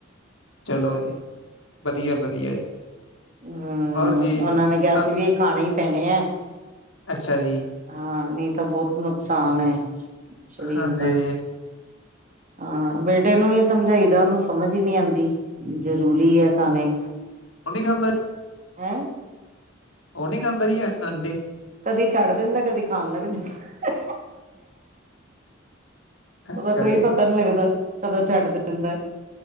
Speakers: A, on the left; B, on the right.
A: ਚਲੋ ਜੀ ਵਧੀਆ ਵਧੀਆ ਜੀ,
B: ਹੂੰ
A: ਹੋਰ ਜੀ
B: ਉਹਨਾਂ ਨੇ ਕਿਹਾ
A: ਤਾਂ
B: ਸੀ ਵੀ ਇਹ ਖਾਣੇ ਹੀ ਪੈਣੇ ਹੈ
A: ਅੱਛਾ ਜੀ
B: ਹਾਂ ਨਹੀਂ ਤਾਂ ਬਹੁਤ ਨੁਕਸਾਨ ਹੈ। ਸਰੀਰ
A: ਹਾਂਜੀ,
B: ਦਾ ਹਾਂ ਬੇਟੇ ਨੂੰ ਵੀ ਸਮਝਾਈਦਾ ਉਹਨੂੰ ਸਮਝ ਹੀ ਨੀ ਆਦੀ ਵੀ ਜ਼ਰੂਰੀ ਐ ਖਾਣੇ,
A: ਉਹ ਨੀ ਖਾਦਾ ਜੀ,
B: ਹੈਂ,
A: ਉਹ ਨੀ ਖਾਂਦਾ ਜੀ ਆਂਡੇ
B: ਕਦੀ ਛੱਡ ਦਿੰਦਾ ਕਦੀ ਖਾਣ ਲੱਗ ਜਾਂ
A: ਅੱਛਾ
B: ਉਹਦਾ ਕੋਈ
A: ਜੀ
B: ਪਤਾ ਨੀ ਲੱਗਦਾ ਕਦੋਂ ਛੱਡ ਦਿੰਦਾ।